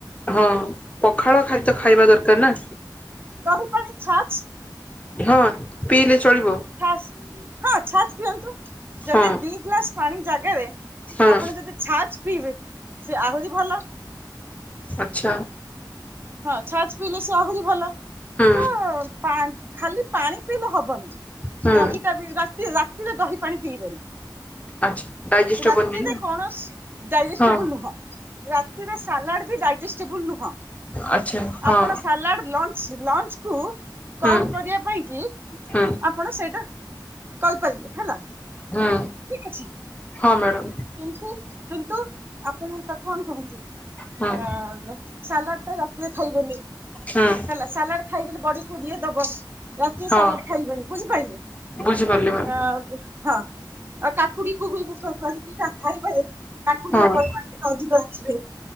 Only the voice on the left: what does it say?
ହଁ ପଖାଳ ଖାଦ୍ୟ ଖାଇବା ଦରକାର ନା।
ହଁ ପିଇଲେ ଚଳିବ
ହଁ
ହଁ
ଆଚ୍ଛା।
ହୁଁ
ହୁଁ
ଆଚ୍ଛା। ଡାଇଜେଷ୍ଟ
ହବନି ନା
ହଁ
ଆଚ୍ଛା ହଁ
ହୁଁ
ହୁଁ
ହୁଁ
ହଁ ମ୍ୟାଡ଼ାମ
ହୁଁ
ହୁଁ
ହଁ
ବୁଝିପାରିଲି ମ୍ୟାମ୍
ହଁ